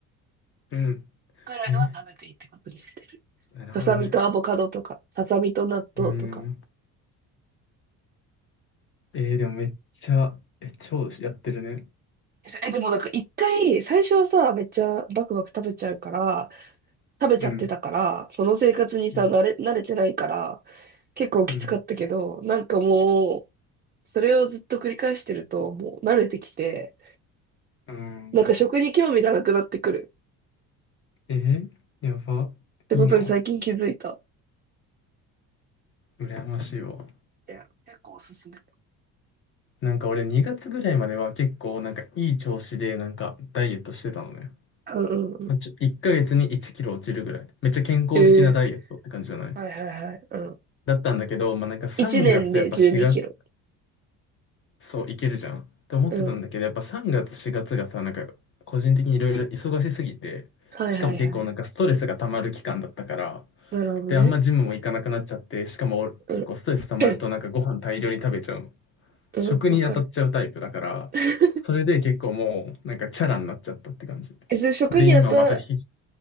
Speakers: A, on the left; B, on the right.
A: うん。
B: ぐらいは食べていいってことにしてる。
A: えなるほどね。
B: ささみとアボカドとか、ささみと納豆とか。
A: うん。えーでもめっちゃ、え、超やってるね。
B: え、でもなんか一回、最初はさ、めっちゃバクバク食べちゃうから、食べちゃってたから、
A: うん。
B: その生活にさ、
A: うん。
B: 慣れ、慣れてないから、結構きつかったけど、
A: うん。
B: なんかもう、それをずっと繰り返してると、もう慣れてきて、
A: うん
B: なんか食に興味がなくなってくる
A: えーやば。
B: ってことに最近気づいた。
A: いいの羨ましいわ。
B: いや、結構おすすめ。
A: なんか俺2月ぐらいまでは結構なんかいい調子でなんかダイエットしてたのね。
B: うんうんうん。
A: まあちょ、1ヶ月に1キロ落ちるぐらい。めっちゃ健康的なダイエットって感じじゃない
B: ええはいはいはい。うん。
A: だったんだけど、まあなんか3月やっぱ4
B: 1年で12キロ。
A: そう、いけるじゃんって思ってたんだけど、
B: うん。
A: やっぱ3月、4月がさ、なんか個人的にいろいろ忙しすぎて、
B: はいはいはい。
A: しかも結構なんかストレスが溜まる期間だったから、
B: なるほどね。
A: で、あんまジムも行かなくなっちゃって、しかも俺結構ストレス溜まるとなんかご飯大量に食べちゃうの。
B: うん。<clears throat> うん、
A: 食に当たっちゃうタイプだから、
B: わかる。<laughs>
A: それで結構もうなんかチャラになっちゃったって感じ。
B: え、それ食に当た、
A: で、今またひ、